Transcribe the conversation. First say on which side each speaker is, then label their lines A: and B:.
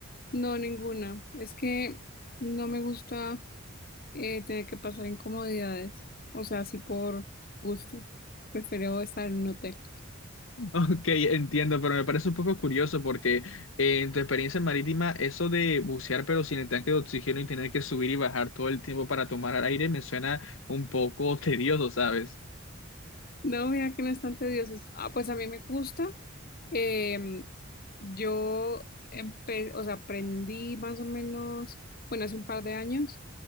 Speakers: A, on the left (about 45°); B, on the left (about 65°).
A: No, ninguna. Es que no me gusta eh, tener que pasar incomodidades, o sea, así por gusto. Prefiero estar en un hotel.
B: Ok, entiendo, pero me parece un poco curioso porque eh, en tu experiencia marítima, eso de bucear pero sin el tanque de oxígeno y tener que subir y bajar todo el tiempo para tomar aire me suena un poco <laughs> tedioso, ¿sabes?
A: No, mira que no es tan tedioso. Ah, pues a mí me gusta. Em, yo empe- o sea, aprendí más o menos, bueno, hace un par de años